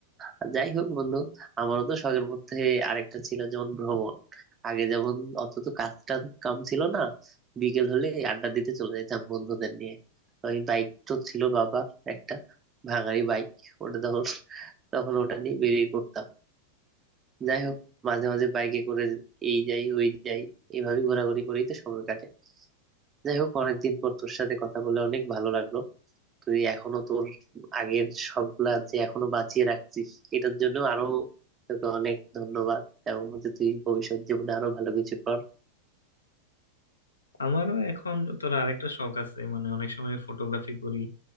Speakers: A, on the right; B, on the left.
A: আর যাই হোক বন্ধু আমারও তো শখের মধ্যে আরেকটা ছিল যেমন ভ্রমণ আগে যেমন অত তো কাজ টাজ কাম ছিল না বিকেল হলে আড্ডা দিতে চলে যেতাম বন্ধুদের নিয়ে ওই বাইক তো ছিল বাবার একটা ভাঙাড়ি বাইক ওটা তখন তখন ওটা নিয়ে বেরিয়ে পড়তাম যাই হোক মাঝে মাঝে বাইকে করে এই যাই ওই যাই এইভাবে ঘোরাঘুরি করেই তো সময় কাটে যাই হোক অনেকদিন পর তোর সাথে কথা বলে অনেক ভালো লাগলো তুই এখনো তোর আগের সবগুলা যে এখনো বাঁচিয়ে রাখছিস এটার জন্য আরো তোকে অনেক ধন্যবাদ এবং হচ্ছে তুই ভবিষ্যৎ জীবনে আরো ভালো কিছু কর
B: আমারও এখন তোর আরেকটা শখ আছে মানে অনেক সময় ফটোগ্রাফি করি